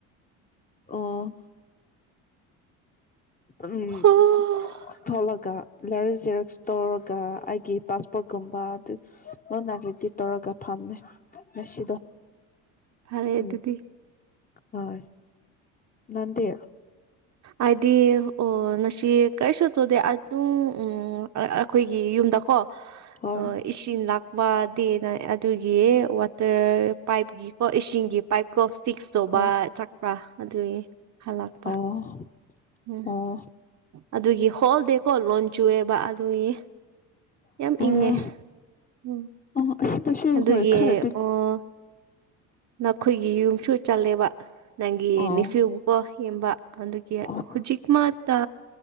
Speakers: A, on the left; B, on the right.
A: ꯑꯣ ꯎꯝ
B: ꯑꯣ
A: ꯊꯣꯛꯂꯒ ꯂꯥꯏꯔꯤ ꯖꯦꯔꯣꯛꯁ ꯇꯧꯔꯒ ꯑꯩꯒꯤ ꯄꯥꯁꯄꯣꯔꯠꯀꯨꯝꯕ ꯗꯨ ꯂꯣꯏꯅ ꯔꯦꯗꯤ ꯇꯧꯔꯒ ꯐ ꯅꯦ ꯉꯁꯤꯗꯣ
B: ꯐꯔꯦ ꯑꯗꯨꯗꯤ
A: ꯎꯝ ꯍꯣꯏ ꯅꯟꯗꯤ
B: ꯑꯥꯏꯗꯤ ꯑꯣ ꯅꯁꯤ ꯀꯩꯁꯨ ꯇꯨꯗꯤ ꯑꯗꯨꯝ ꯎꯝ ꯑꯥ ꯑꯈꯣꯏꯒꯤ ꯌꯨꯝꯗꯀꯣ
A: ꯍꯣꯏ
B: ꯑꯥ ꯏꯁꯤꯡ ꯂꯥꯛ ꯋꯥꯗꯦꯅ ꯑꯗꯨꯒꯤ ꯋꯥꯇꯔ ꯄꯥꯏꯞꯀꯤꯀꯣ ꯏꯁꯤꯡꯒꯤ ꯄꯥꯏꯞꯀꯣ ꯐꯤꯛꯁ ꯇꯧꯕ
A: ꯍꯣꯏ
B: ꯆꯛꯄ꯭ꯔꯥ ꯑꯗꯨꯒꯤ ꯍꯜꯂꯛꯄ
A: ꯑꯣ
B: ꯎꯝ
A: ꯑꯣ
B: ꯑꯗꯨꯒꯤ ꯍꯣꯜꯗꯦꯀꯣ ꯂꯣꯟ ꯆꯨꯑꯦꯕ ꯑꯗꯨꯒꯤ ꯌꯥꯝ
A: ꯑꯣ
B: ꯏꯪꯉꯦ ꯎꯝ
A: ꯑꯣ ꯑꯁꯤꯗꯁꯨ
B: ꯑꯗꯨꯒꯤ
A: ꯍꯣꯏ ꯈꯔꯗꯤ
B: ꯑꯣ ꯅꯈꯣꯏꯒꯤ ꯌꯨꯝꯁꯨ ꯆꯠꯂꯦꯕꯥ ꯅꯪꯒꯤ
A: ꯑꯣ
B: ꯅꯤꯐꯤꯜꯕꯨꯀꯣ ꯌꯦꯟꯕ ꯑꯗꯨꯒꯤ
A: ꯑꯣ
B: ꯍꯨꯖꯤꯛ ꯃꯛ ꯇꯥ